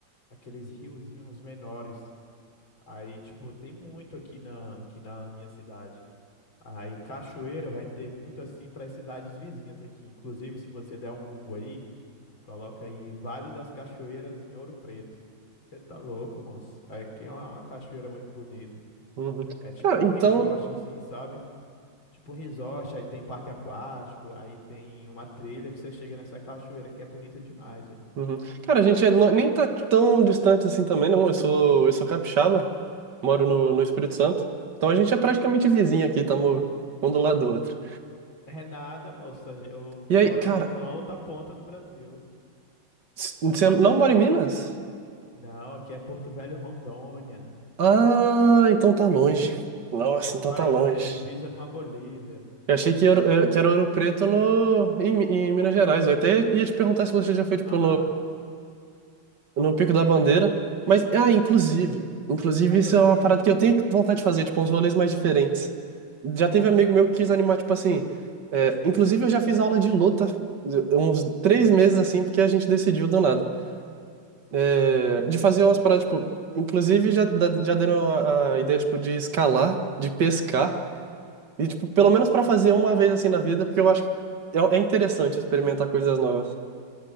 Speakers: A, on the left; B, on the right.
A: aqueles riozinhos menores. Aí, tipo, tem muito aqui na aqui na minha cidade. Aí Cachoeira vai ter muito assim para as cidades vizinhas aqui. Inclusive, se você der um Google aí, coloca aí Vale das Cachoeiras em Ouro Preto. Você tá louco, moço. Aqui é uma cachoeira muito bonita.
B: Uhum.
A: É tipo
B: Cara,
A: um
B: então...
A: resort assim, sabe? Tipo um resort, aí tem parque aquático, aí tem uma trilha que você chega nessa cachoeira que é bonita demais, velho.
B: Uhum. Cara, a gente é no- nem tá tão distante assim também, não. Eu sou, eu sou capixaba, moro no, no Espírito Santo. Então a gente é praticamente vizinho aqui, estamos um do lado do outro.
A: É nada, moço. a gen- Eu
B: E
A: moro
B: aí, cara,
A: do outro- na outra ponta do Brasil.
B: s- você não mora em Minas?
A: Não, aqui é Porto Velho, Rondônia.
B: Ah, então tá longe. Nossa,
A: Rapaz,
B: então tá longe.
A: aqui é divisa com a Bolívia.
B: Eu achei que era, eh, que era Ouro Preto no, em, Mi- em Minas Gerais. Eu até ia te perguntar se você já foi,
A: <laughs>
B: tipo, No Pico da Bandeira. Mas, ah, inclusive.
A: Não,
B: Inclusive,
A: mas
B: isso
A: assim,
B: é uma parada que eu tenho vontade de fazer, tipo, uns rolês mais diferentes. Já teve amigo meu que quis animar, tipo assim. é, inclusive, eu já fiz aula de luta eh, uns três meses assim, porque a gente decidiu do nada. É, de fazer umas paradas, tipo. Inclusive, já, da- já deram a, a ideia, tipo, de escalar, de pescar. E, tipo, pelo menos pra fazer uma vez assim na vida, porque eu acho que é, é interessante experimentar coisas novas.